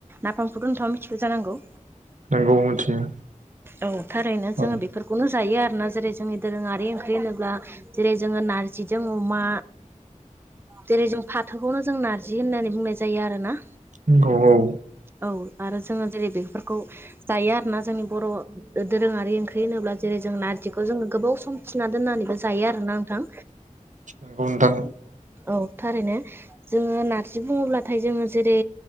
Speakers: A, on the right; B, on the right.
A: नाफामखौ दथाङा मिथिगौ जानांगौ।
B: नंगौ मिथियो
A: औ थारैनो
B: औ
A: जोङो बेफोर खौनो जायो आरोना जेरै जोंनि दोरोङारि ओंख्रि होनोब्ला। जेरै जोङो नारजिजों अमा जेरै जों फोथोखौनो जों नारजि होननानै बुंनाय जायो आरो ना
B: नंगौ औ
A: औ आरो जोङो जेरै बेफोरखौ जायो आरोना जोंनि बर' दोरोङारि ओंख्रि होनोब्ला जेरै जों नारजिखौ जोङो गोबाव सम थिना दोननानैबो जायो आरोना नोंथां
B: नंगौ नोंथां
A: औ थारैनो जोङो नारजि बुङोब्लाथाय जोङो जेरै